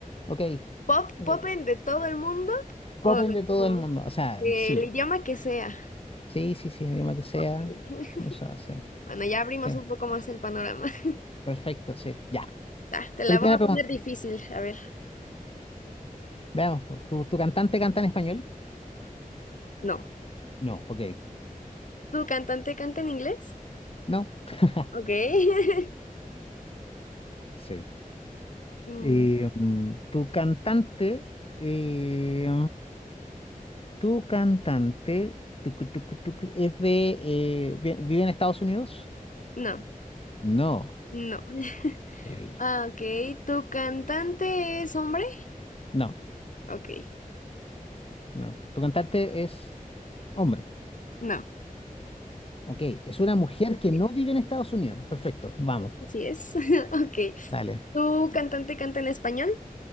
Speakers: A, on the left; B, on the left.
A: ok,
B: Pop,
A: ok.
B: popen de todo el mundo o
A: Popen de todo
B: como
A: el mundo. O sea,
B: del
A: sí,
B: idioma que sea.
A: sí, sí, sí, idioma que sea.
B: Ok. <laughs>
A: O sea, sí,
B: Bueno, ya abrimos
A: sí.
B: un poco más el panorama. <laughs>
A: Perfecto, sí. Ya.
B: Ya, te la
A: Primera
B: voy a
A: pregunta.
B: poner difícil, a ver.
A: Veamos, pues, ¿tu, tu cantante canta en español?
B: No.
A: No, porque
B: ¿Tu cantante canta en inglés?
A: no. <laughs>
B: Ok. <laughs>
A: Sí.
B: Mm,
A: Eh, mm, tu cantante, eh, tu cantante, tucu, tucu, tucu, ¿es de, eh, vi- vive en Estados Unidos?
B: No,
A: No.
B: no. <laughs>
A: Ey,
B: Ah, Ok, ¿tu cantante es hombre?
A: No,
B: Ok,
A: no. Tu cantante es hombre.
B: no.
A: Ok, es una mujer
B: Ok,
A: que no vive en Estados Unidos. Perfecto, vamos.
B: Así es. <laughs> Ok.
A: Dale.
B: ¿Tu cantante canta en español?